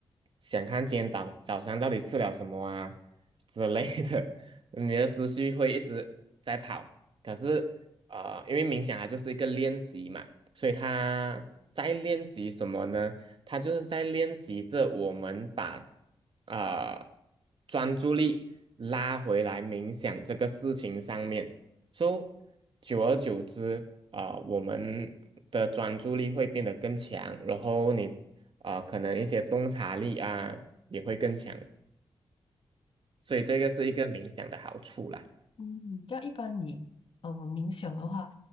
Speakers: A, on the right; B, on the left.
A: 想看今天早早上到底吃了什么啊之类的，<laughs> 你的思绪会一直在跑。可是呃，因为冥想它就是一个练习嘛，所以它在练习什么呢？它就是在练习着我们把呃专注力拉回来冥想这个事情上面。So，久而久之啊、我们的专注力会变得更强，然后你啊、可能一些洞察力啊也会更强，所以这个是一个冥想的好处啦。
B: 嗯，要一般你呃冥想的话，